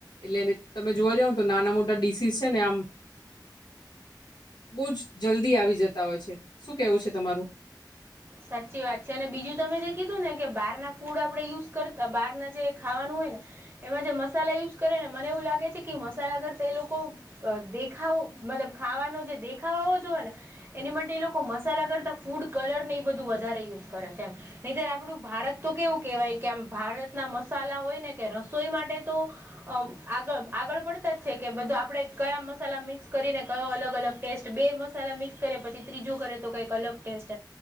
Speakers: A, on the left; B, on the right.
A: એટલે તમે જોવા જાવ ને તો નાના મોટા ડીસીસ છે ને આમ બહુ જ જલ્દી આવી જતા હોય છે શું કેવું છે તમારું
B: સાચી વાત છે અને બીજું તમે જે કીધું ને કે બહાર ના ફૂડ આપણેે યુઝ કરતા બાર ના જે ખાવાનું હોય ને એમાં જે મસાલા યુઝ કરે ને મને એવું લાગે છે કે મસાલા કરતા તે લોકો દેખાવો મતલબ ખાવાનો જે દેખાવો હોવો જોવે ને એની માટે એ લોકો મસાલા કરતા ફૂડ કલર ને એ બધું વધારે યુઝ કરે છે એમ નહીં તર આપડું ભારત તો કેવું કેવાય કે આમ ભારતના મસાલા હોય ને કે રસોઈ માટે તો અ આગળ આગળ પડતા જ છે કે બધું આપણે કયા મસાલા મિક્સ કરીને કયો અલગ અલગ ટેસ્ટ બે મસાલા મિક્સ કરે પછી ત્રીજું કરે તો કઈક અલગ ટેસ્ટ